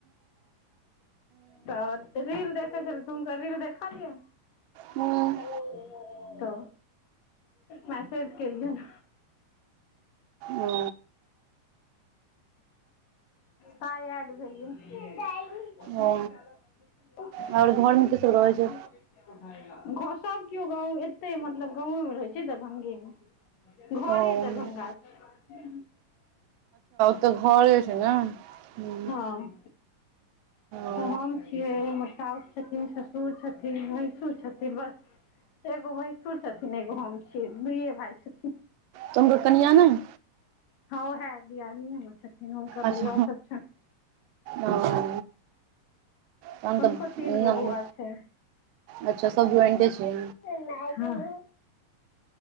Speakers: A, on the left; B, on the right.
A: तऽ रील देखै छलै तऽ हुनकर रील देखलियै
B: हूँ
A: तऽ मैसेज केलियै ने
B: ओ
A: तऽ आय ऐड भेलये <unintelligible>
B: ओ आओर घरमे के सब रहै छै
A: सभ केओ गाँव एते मतलब गाँवेमे रहैत छै दरभंगेमे घरे
B: ओ
A: दरभंगा छै
B: तऽ घरे छै ने हू
A: हँ
B: ओ
A: तऽ हम हमर सउस छथिन ससुर छथिन भैंसुर छथिन बस एगो भैंसुर छथिन एगो हम छियै दुइे भाय छथिन
B: तऽ हुनकर कनिया नहि
A: हँ ओहा दियादनीयो छथिन हुनकर
B: अच्छा
A: बौआ सब छनि
B: ओ तहन
A: हुनको
B: तऽ
A: तीन गो बौआ छै
B: अच्छा सब ज्वइंटे छै
A: <unintelligible>